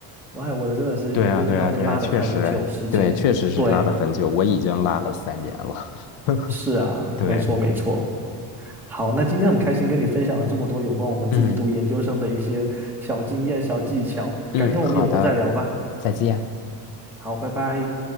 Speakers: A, in the centre; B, on the left.
A: 我哎，我的真的是研究生要被拉的很久时间。
B: 对啊对啊对啊，确实哎，对，确实是拉的很久，
A: 对，
B: 我已经拉了三年了。<laughs>
A: 是啊，
B: 对，
A: 没错没错。好，那今天很开心跟你分享了这么多有关我们自己读研究生的一些小经验、
B: 嗯
A: 小技巧，
B: 嗯，
A: 改天我们有空再聊吧。
B: 好的，再见。
A: 好，拜拜。